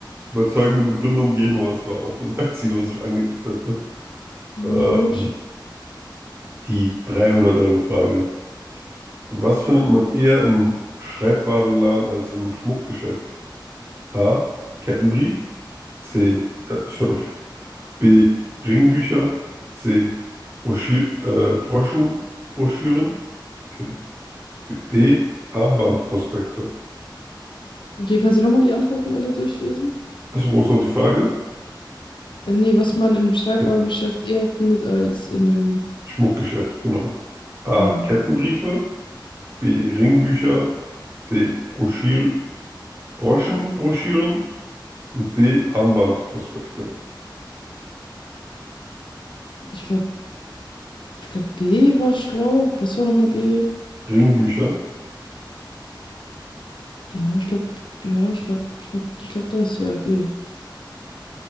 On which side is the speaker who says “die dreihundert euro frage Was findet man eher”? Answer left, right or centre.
Right